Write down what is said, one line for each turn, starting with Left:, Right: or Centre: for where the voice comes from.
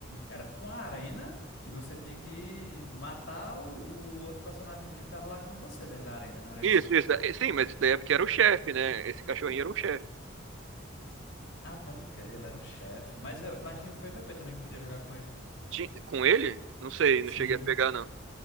Left: era tipo uma arena e você tinha que matar o, o outro personagemzinho que tava lá com você dentro da arena, não era
Right: Isso,
Left: isso não?
Right: isso. é, Sim, mas isso daí é porque era o chefe, né? Esse cachorrinho era o chefe.
Left: Ah, pode crer, ele era um chefe, mas eu- mas tinha um PVP também que podia jogar com ele.
Right: Ti- Com ele? Não sei,
Left: Sim,
Right: não cheguei a pegar, não.